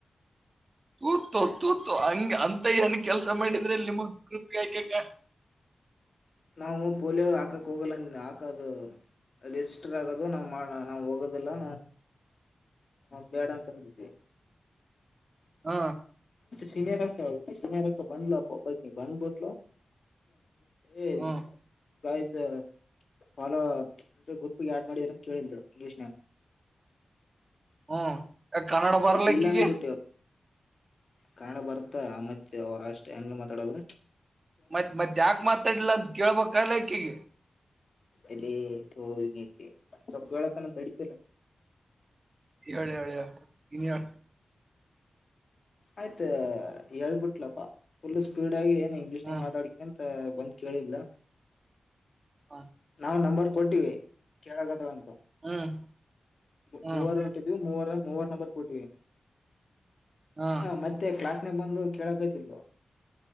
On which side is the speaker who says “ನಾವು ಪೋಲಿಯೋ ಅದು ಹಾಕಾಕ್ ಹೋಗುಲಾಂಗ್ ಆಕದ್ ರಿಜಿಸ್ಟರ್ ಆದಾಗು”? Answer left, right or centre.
Left